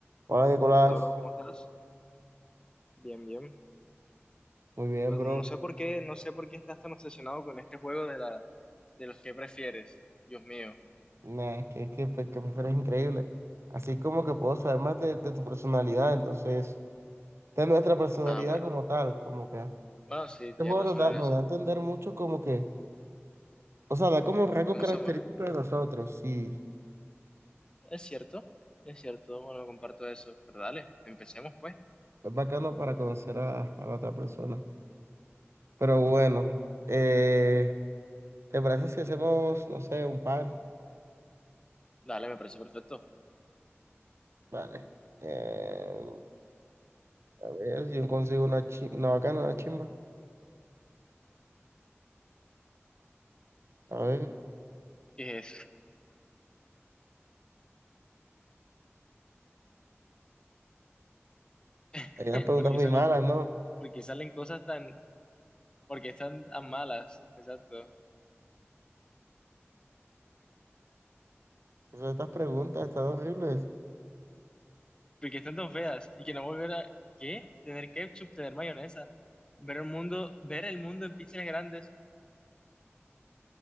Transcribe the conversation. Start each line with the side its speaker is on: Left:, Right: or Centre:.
Right: Hola Nicolás,
Left: Hola, bro, ¿cómo estás? Bien, bien.
Right: muy
Left: Pues,
Right: bien bro.
Left: No sé por qué, no sé por qué estás tan obsesionado con este juego de la, de los que prefieres. Dios mío.
Right: Nah, es que, es que, pues, que pues, eres increíble. Así como que puedo saber más de, de tu personalidad, entonces, de nuestra personalidad
Left: Ah, bueno.
Right: como tal, como que
Left: Bueno, sí,
Right: este
Left: tienes
Right: juego
Left: razón
Right: nos da,
Left: en
Right: nos
Left: eso.
Right: da a entender mucho como que, o sea, da como un rasgo
Left: ¿Y cómo
Right: característico
Left: hacemos?
Right: de nosotros y
Left: Es cierto, es cierto. Bueno, comparto eso. Pero dale, empecemos pues.
Right: es bacano para conocer a, a la otra persona. Pero bueno, eh, ¿te parece si hacemos, no sé, un par?
Left: Dale, me parece perfecto.
Right: Vale. Eh, a ver, yo consigo una, chi- una bacana, una chimba. A ver.
Left: ¿Qué es? <laughs>
Right: Hay unas preguntas
Left: Porque
Right: muy
Left: salen,
Right: malas, ¿no?
Left: porque salen cosas tan, porque están tan malas, exacto.
Right: ¿Qué son estas preguntas? Están horribles.
Left: Porque están tan feas y que no volver a, ¿qué? Tener ketchup, tener mayonesa, ver el mundo, ver el mundo en píxeles grandes.